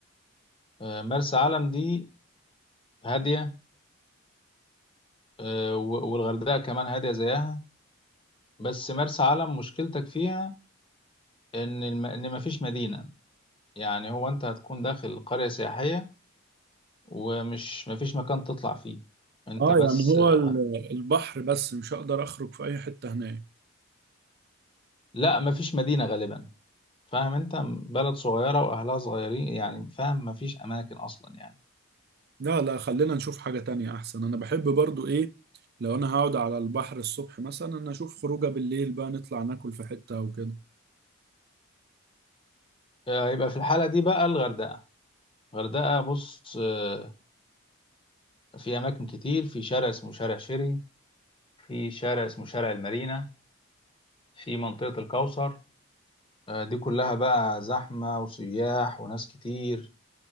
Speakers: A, on the left; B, on the right.
A: آه مرسى علم دي هادية آه و- والغردقة كمان هادية زيها بس مرسى علم مشكلتك فيها ان الم... ان مفيش مدينة يعني هو انت هتكون داخل قرية سياحية ومش مفيش مكان تطلع فيه انت
B: اه
A: بس
B: يعني هو
A: آه،
B: ال- البحر بس مش هقدر اخرج في اي حتة هناك
A: لا مفيش مدينة غالبا فاهم انت بلد صغيره واهلها صغيرين يعني فاهم مفيش اماكن اصلا يعني
B: لا لا خلينا نشوف حاجة تانية احسن انا بحب برضو ايه لو انا هقعد على البحر الصبح مثلا انا اشوف خروجة بالليل بقى نطلع ناكل في حتة او كده
A: آه، يبقى في الحاله دي بقى الغردقه الغردقه بص آه، في اماكن كتير في شارع اسمه شارع شيري في شارع اسمه شارع المارينا في منطقه الكوثر آه، دي كلها بقى زحمه وسياح وناس كتير